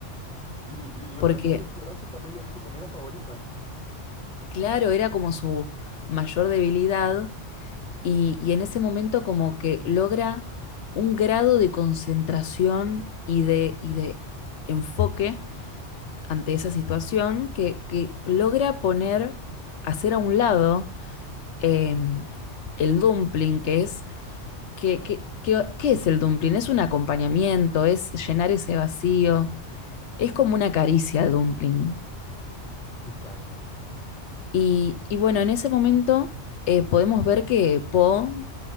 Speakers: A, in the centre; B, on the left (about 70°).
A: Y, y lo
B: porque
A: gracioso es que era su familia, su comida favorita.
B: claro, era como su mayor debilidad y, y en ese momento como que logra un grado de concentración y de, y de enfoque ante esa situación que, que logra poner, hacer a un lado em, el dumpling, que es, que, que- que- ¿qué es el dumpling? Es un acompañamiento, es llenar ese vacío, es como una caricia el dumpling.
A: Exacto.
B: Y, y bueno, en ese momento eh, podemos ver que Poe